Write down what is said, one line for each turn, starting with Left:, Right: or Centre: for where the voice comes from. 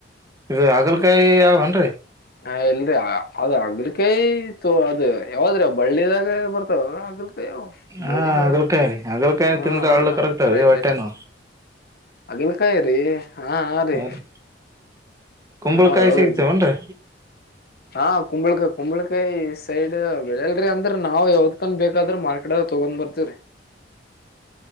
Right: ಇದು ಹಾಗಲಕಾಯಿ ಯೇನ್ರಿ
Left: ಹ ಇಲ್ರಿ ಅದ್ ಅಗ್ಲಿಕೈತ ಅದು ಯಾವದ್ರೀ ಬಳ್ಳಿದಾಗ ಬರ್ತಾವ ಅಗ್ ಕಯ ಬಳ್ಳದ
Right: ಹಾ ಹಾಗಲ್ಕಾಯಿ ರೀ ಹಾಗಲ್ಕಾಯಿ
Left: ಹ
Right: ತಿಂದ್ರೆ ಹಳ್ಳ ಕರಗ್ತಾವ್ರಿ
Left: ಹ ರೈಟ್
Right: ಹೊಟ್ಟೆ
Left: ರೈಟ್
Right: ನೋವು
Left: ಅಗಲ್ಕಾಯ ರೀ ಹಾ ಹ ರರಿ
Right: ಹೌದ್ರಿ ಕುಂಬಳಕಾಯಿ
Left: ಹೌದೌದದು
Right: ಸಿಗ್ತಾವನ್ರಿ
Left: ಹಾ ಕುಂಬಳಕಾಯ ಕುಂಬಳಕಾಯಿ ಸೈಡ್ ಬೆಳಿಲ್ರಿ ಅಂದ್ರ ನಾವವು ಯಾವದ್ಕನ್ ಬೇಕಾದ್ರ ಮಾರ್ಕೆಟ್ಗ ತಗೊಂಡ್ ಬರ್ತವ್ರಿ